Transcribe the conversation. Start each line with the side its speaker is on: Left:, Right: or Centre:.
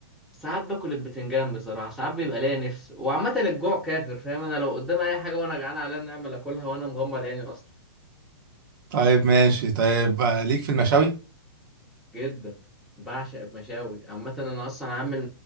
Centre: ساعات باكل البتنجان بصراحة ساعات بيبقى ليا نفس وعامة الجوع كافر فاهم انا لو قدام اي حاجة وانا جعان عليا نعمل اكلها وانا مغمض عيني اصلا
Right: طيب ماشي طيب آه، ليك في المشاوي
Centre: جدا بعشق المشاوي عامة انا اصلا عامل